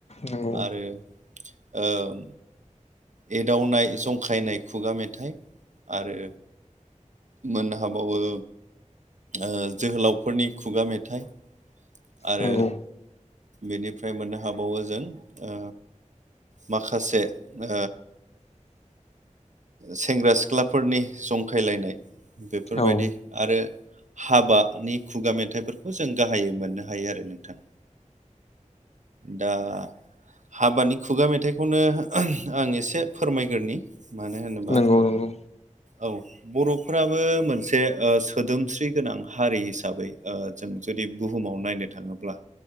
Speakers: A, on the left; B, on the right.
A: नंगौ
B: आरो ओ एदावनाय जंखायनाय खुगा मेथाइ आरो मोननो हाबावो ओ जोहोलावफोरनि खुगा मेथाइ आरो
A: नंगौ
B: बेनिफ्राय मोननो हाबावो जों ओ माखासे ओ सेंग्रा सिख्लाफोरनि जंखायलायनाय बेफोरबायदि
A: औ
B: आरो हाबानि खुगा मेथाइफोरखौ जों गाहायै मोननो हायो आरो नोंथां दा हाबानि खुगा मेथाइखौनो आं एसे फोरमायग्रोनि मानो होनोबा
A: नंगौ नंगौ
B: औ बर'फ्राबो मोनसे ओ सोदोमस्रि गोनां हारि हिसाबै जों जुदि बुहुमाव नायनो थाङोब्ला